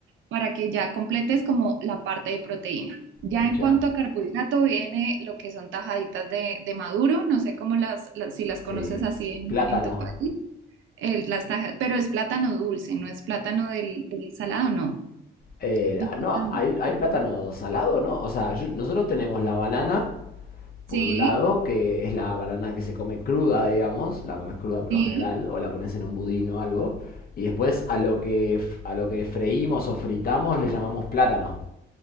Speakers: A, on the right; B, on the left.
A: para que ya completes como la parte de proteína. Ya
B: pucha.
A: en cuanto a carbohidrato viene lo que son tajaditas de, de maduro, no sé cómo las, las- si las conoces
B: Sí.
A: así en,
B: Plátano.
A: en tu país, El- las taja- pero es plátano dulce, no es plátano del, del salado, no.
B: Eh,
A: Digo,
B: no,
A: tam-
B: hay, hay plátano salado, ¿no? O sea, yo- nosotros tenemos la banana, por
A: Sí,
B: un lado, que es la banana que se come cruda, digamos, la comes cruda por
A: sí.
B: lo general, o la pones en un budín o algo, y después a lo que, f- a lo que freímos o fritamos le llamamos plátano.